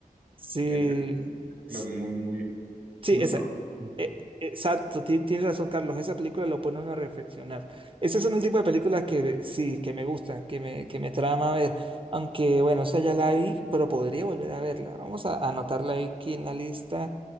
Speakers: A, on the right; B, on the right.
A: Sí,
B: es claro,
A: sí,
B: muy, muy,
A: Sí,
B: muy
A: esa,
B: profundo.
A: e- exacto, ti- tienes razón, Carlos. Esa película lo pone a uno a reflexionar. Ese son el tipo de películas que sí, que me gustan, que me, que me trama ver. Aunque, bueno, esa ya la vi, pero podría volver a verla. Vamos a anotarla ahí aquí en la lista.